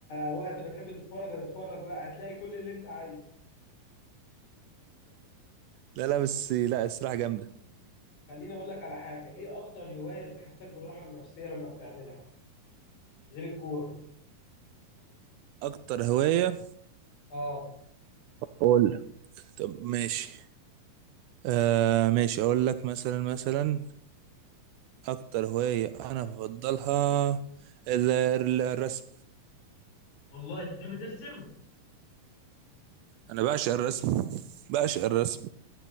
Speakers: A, on the left (about 85°); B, on the right (about 80°).
A: وقت ما تحب تتفرج هتتفرج بقى هتلاقي كل اللي انت عايزه
B: لا لا بس لا الصراحة جامدة
A: خليني اقول لك على حاجه ايه اكتر هوايه بتحسسك بالراحه النفسيه لما بتعملها غير الكوره
B: اكتر هواية
A: اه
B: قول لي. طب ماشي آه ماشي اقول لك مثلا مثلا اكتر هواية انا بفضلها ال- ال- الرسم
A: والله انت بتحب ترسم
B: انا بعشق الرسم بعشق الرسم